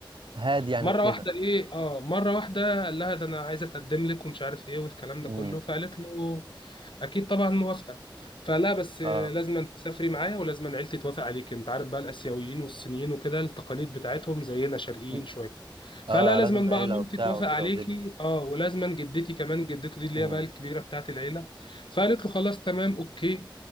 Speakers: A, on the right (about 75°); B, on the left (about 75°).
A: هادي يعني
B: مره
A: وكده
B: واحده ايه اه مره واحده قال لها ده انا عايزه اتقدم لك ومش عارف ايه والكلام ده
A: امم
B: كله فقالت له اكيد طبعا موافقه فلا بس لازم
A: اه
B: تسافري معايا ولازم عيلتي توافق عليك انت عارف بقى الاسيويين والصينيين وكده التقاليد بتاعتهم زينا شرقيين
A: مم.
B: شويه فلا
A: اه
B: لازم
A: لازم عيله
B: بقى مامتي
A: وبتاع
B: توافق
A: وكده
B: عليكي
A: ودنيا
B: اه ولازم جدتي كمان جدته دي اللي
A: امم
B: هي بقى الكبيره بتاعت العيله فقالت له خلاص تمام اوكي